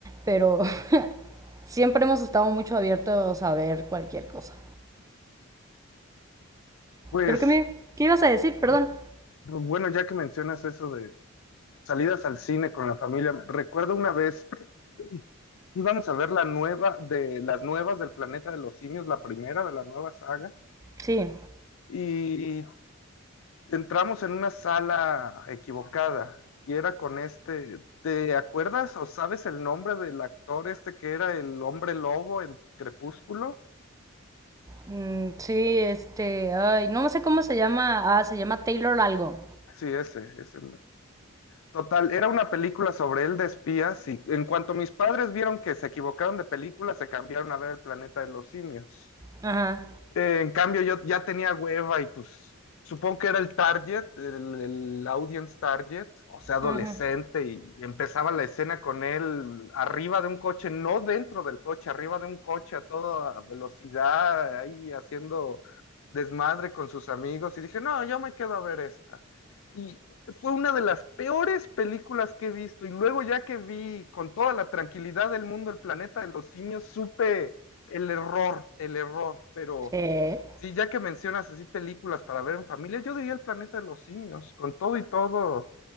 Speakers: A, on the right; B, on the left.
A: pero <laughs> siempre hemos estado mucho abiertos a ver cualquier cosa.
B: Pues,
A: Pero qué me, ¿qué ibas a decir? Perdón.
B: bueno, ya que mencionas eso de salidas al cine con la familia, recuerdo una vez, <clears throat> íbamos a ver la nueva, de las nuevas del Planeta de los Simios, la primera de la nueva saga,
A: Sí,
B: y entramos en una sala equivocada, y era con este, ¿te acuerdas o sabes el nombre del actor este que era el hombre lobo en Crepúsculo?
A: Mm, sí, este, ay, no sé cómo se llama. Ah, se llama Taylor algo.
B: Sí, ese, ese. Total, era una película sobre él de espías y en cuanto mis padres vieron que se equivocaron de película, se cambiaron a ver el planeta de los simios.
A: Ajá.
B: Eh, en cambio, yo ya tenía hueva y pues supongo que era el target, el, el audience target, o sea, adolescente,
A: Ajá.
B: y empezaba la escena con él arriba de un coche, no dentro del coche, arriba de un coche a toda velocidad, ahí haciendo desmadre con sus amigos, y dije, no, yo me quedo a ver esta. Y fue una de las peores películas que he visto, y luego ya que vi con toda la tranquilidad del mundo el planeta de los simios, supe el error, el error, pero
A: Sí.
B: sí, ya que mencionas así películas para ver en familia, yo diría El planeta de los simios, con todo y todo,